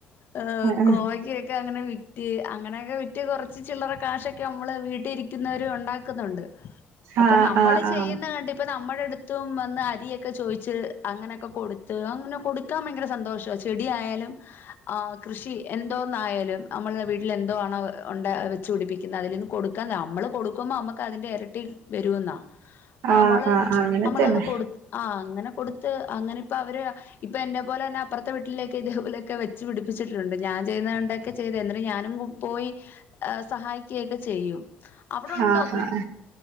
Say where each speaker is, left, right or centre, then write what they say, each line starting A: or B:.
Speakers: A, on the left (about 55°); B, on the right (about 80°).
A: ഓഹ്
B: ഏഹ്
A: കോവക്ക്യയൊ ക്കെ അങ്ങനെ വിറ്റ് അങ്ങനെയൊക്കെ വിറ്റ് കൊറച്ച് ചില്ലറ കാശൊക്കെ നമ്മള് വീട്ടിരിക്കുന്നവരു ഒണ്ടാ ക്കുന്നുണ്ട് അപ്പ
B: ആഹ്
A: നമ്മള്
B: ആഹ്
A: ചെയ്യുന്ന
B: ആഹ്
A: കണ്ടിപ്പം ന മ്മടെ അട്ത്തും വന്ന് അരിയൊക്കെ ചോയിച്ച് അങ്ങനെയൊക്കെ കൊടുത്ത് അങ്ങനെ കൊടുക്കാൻ ഭയങ്കര സന്തോഷാ ചെ ടിയായാലും ആഹ് കൃഷി എന്തോന്നായാലും അമ്മള്ടെ വീട്ടിലെ എന്തോ ആണോ ഒണ്ടാ വെ ച്ചുടിപ്പിക്കിന്ന അതിലിന്ന് കൊടുക്കാ നമ്മള് കൊടുക്കുമ്പോ അമ്മക്കതിന്റെ എരട്ടി വരൂന്നാ
B: ആഹ്
A: നമ്മള്
B: ആഹ് അങ്ങനെ
A: നമ്മളത്
B: തന്നെ
A: കൊടുത് ആഹ് അങ്ങനെ കൊടുത്ത് അങ്ങനെപ്പൊ അവര് ഇപ്പം എന്റെ പോലെന്നെ അപ്പറത്തെ വീട്ടിലൊക്കെ ഇതേ പോലൊക്കെ വെച്ച് പിടിപ്പിച്ചിട്ടുണ്ട് ഞാൻ ചെയ്യുന്ന ടെക്കെ ചെയ്ത് എന്നര് ഞാനും കു പോയി ഏഹ് സഹായിക്ക്യൊക്കെ ചെയ്യും അവിടൊണ്ടോ?
B: ആഹ് ആഹ്